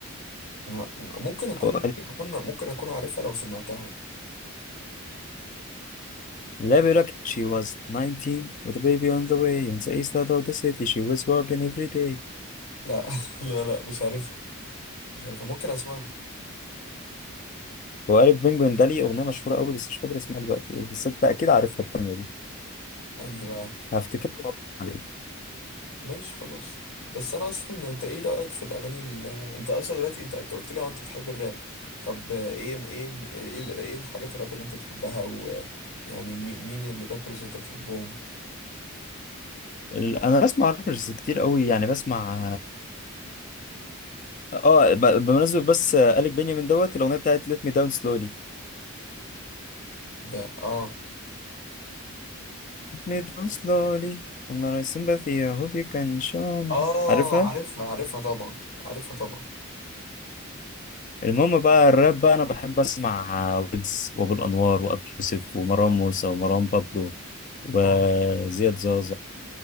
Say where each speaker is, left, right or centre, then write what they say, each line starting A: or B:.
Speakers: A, on the left; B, on the left.
A: لا ممكن اكون
B: او
A: ممكن اكون ممكن اكون عارفها لو سمعتها
B: لا بيقولك she was 19 with a baby on the way on the east side of the city she was working every day
A: لا <laughs> لا لا مش عارفها مش عارفها ممكن اسمعها
B: هو إيريك بينجوين ده ليه أغنية مشهورة أوي بس مش فاكر اسمها دلوقتي إيه، بس أنت أكيد عارفها التانية دي
A: انهي بقى
B: هفتكرها وأقول لك عليها
A: ماشي خلاص بس انا اصلا انت ايه رايك في الاغاني ال... انت اصلا دلوقتي انت انت قلت لي آه، انت بتحب الراب طب آه، ايه ايه ايه ال- إيه الحاجات الراب اللي انت بتحبها ويعني مي- مين الرابرز انت بتحبهم
B: ال- أنا بسمع رابرز كتير أوي يعني بسمع آه ب- بمناسبة بس آه، إيريك بنيامين دوت الأغنية بتاعت Let me down slowly
A: ده اه
B: Let me down slowly I'm not a sympathy I hope you can show me
A: اه
B: عارفها؟
A: عارفها عارفها طبعا عارفها طبعا
B: المهم بقى الراب بقى انا بحب اسمع ويجز وابو الانوار وابو يوسف ومروان موسى ومروان بابلو وزياد
A: اه
B: زازا